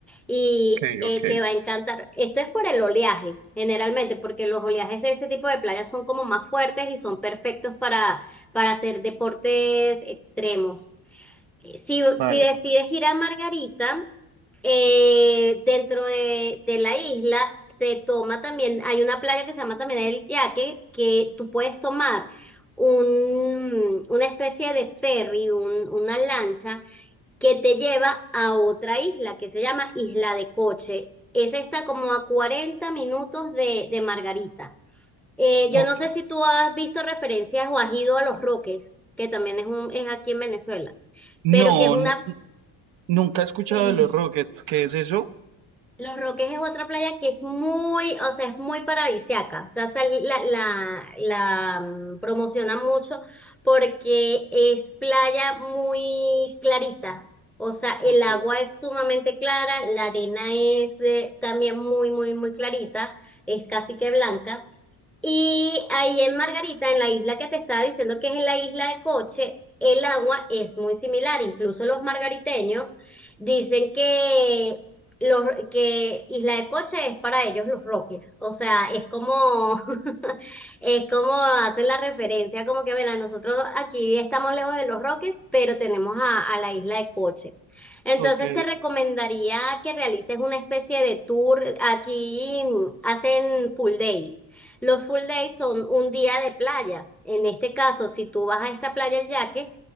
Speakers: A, in the centre; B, on the right.
A: y
B: ok,
A: eh,
B: ok,
A: te va a encantar. Esto es por el oleaje, generalmente, porque los oleajes de ese tipo de playas son como más fuertes y son perfectos para, para hacer deportes extremos. Eh, Si,
B: vale.
A: si decides ir a Margarita, eh, dentro de, de la isla se toma también, hay una playa que se llama también El Yaque, que tú puedes tomar un, una especie de ferry, un- una lancha que te lleva a otra isla que se llama Isla de Coche. Esa está como a 40 minutos de, de Margarita. Eh, yo
B: Ok.
A: no sé si tú has visto referencias o has ido a Los Roques, que también es, un, es aquí en Venezuela, pero
B: No,
A: que es una,
B: nu- nunca he escuchado
A: sí,
B: de los Rockets, ¿qué es eso?
A: Los Roques es otra playa que es muy, o sea, es muy paradisiaca. O sea, se- la, la, la mm, promociona mucho porque es playa muy clarita. O sea, el
B: Ok.
A: agua es sumamente clara, la arena es eh, también muy, muy, muy clarita, es casi que blanca. Y ahí en Margarita, en la isla que te estaba diciendo que es la isla de Coche, el agua es muy similar. Incluso los margariteños dicen que, los, que Isla de Coche es para ellos los Roques. O sea, es como, <laughs> es como hacen la referencia, como que, bueno, nosotros aquí estamos lejos de los Roques, pero tenemos a, a la Isla de Coche. Entonces
B: Ok.
A: te recomendaría que realices una especie de tour. Aquí mm, hacen full days. Los full days son un día de playa. En este caso, si tú vas a esta playa El Yaque,